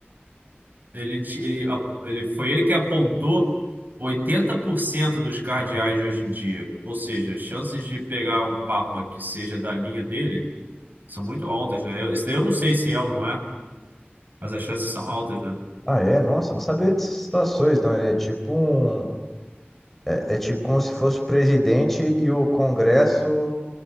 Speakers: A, on the right; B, in the centre.
A: ele, ti- ele, a- ele foi ele que apontou 80% dos cardeais de hoje em dia. Ou seja, as chances de pegar um Papa que seja da linha dele são muito altas, né? Eu, isso daí eu não sei se é ou não é, mas as chances são altas, né?
B: Ah, é? Nossa, não sabia dessas situações, não. Ele É tipo um, é, é tipo como se fosse o presidente e o Congresso